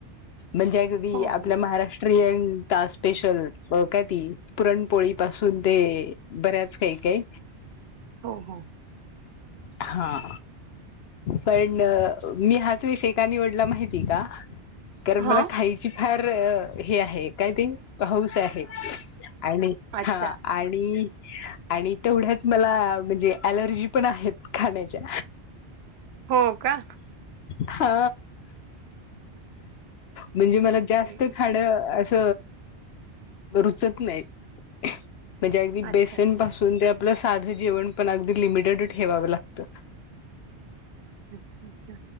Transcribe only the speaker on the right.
हो
हो
हो, हो.
हा
अच्छा
हो. का.
हम्म.
अच्छा अच्छा
अच्छा!